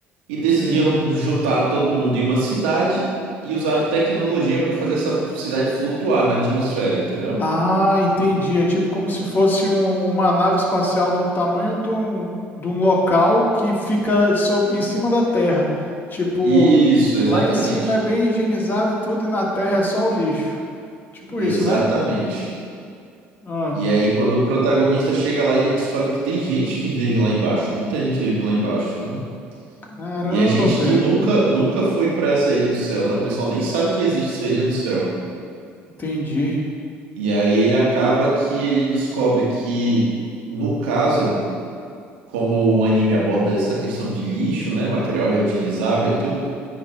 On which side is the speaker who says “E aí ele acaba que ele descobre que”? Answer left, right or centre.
Right